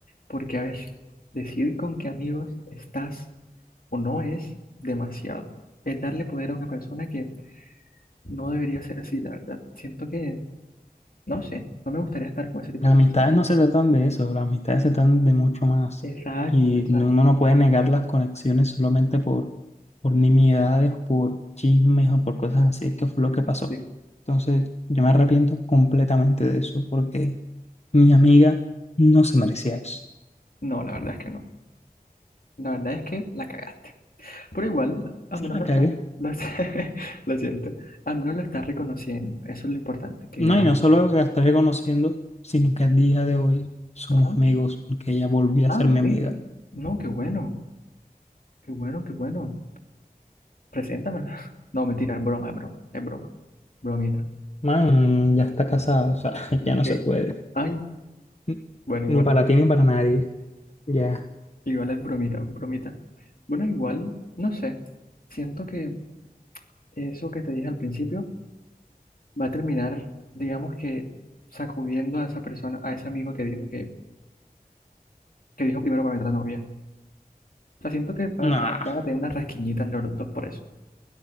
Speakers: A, on the left; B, on the left.
A: Porque, a ver, decir con qué amigos estás o no es demasiado. Es darle poder a una persona que no debería ser así, la verdad. Siento que, no sé, no me gustaría estar con ese tipo
B: Las
A: de
B: amistades
A: personas.
B: no se tratan de eso, las amistades se tratan de mucho más.
A: Exacto,
B: Y
A: exacto.
B: no- uno no puede negar las conexiones solamente por, por nimiedades o por chismes o por cosas así, que fue lo que pasó.
A: Sí.
B: Entonces, yo me arrepiento completamente de eso porque mi amiga no se merecía eso.
A: No, la verdad es que no. La verdad es que la cagaste. Pero igual, al
B: Sí,
A: menos
B: me
A: lo
B: cagué.
A: estás, lo, estás- <laughs> lo siento, al menos lo estás reconociendo. Eso es lo importante, que
B: No,
A: ya...
B: y no solo que la estaré conociendo, sino que a día de hoy somos
A: Ajá.
B: amigos porque ella volvió
A: Ah,
B: a ser
A: ok.
B: mi amiga.
A: No, qué bueno, qué bueno, qué bueno. Preséntamela. <laughs> No, mentira, es broma, es broma, es broma. Bromita.
B: Man, ya está casada, o sea, <laughs> ya no
A: ¿Qué?
B: se puede.
A: Ay,
B: N-
A: bueno, igual,
B: Ni para ti ni para nadie. Ya.
A: igual es bromita, bromita. Bueno, igual, no sé. Siento que eso que te dije al principio va a terminar, digamos que sacudiendo a esa persona, a ese amigo que dijo que, que dijo primero para meter a novia. O sea, siento que van
B: Nah.
A: a, van a tener una rasquiñita entre los dos por eso.